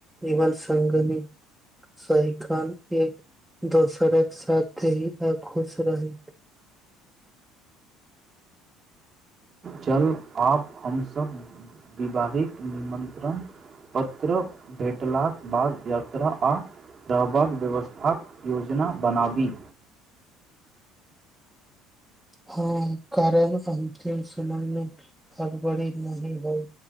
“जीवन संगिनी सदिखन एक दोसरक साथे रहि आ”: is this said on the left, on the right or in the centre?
Centre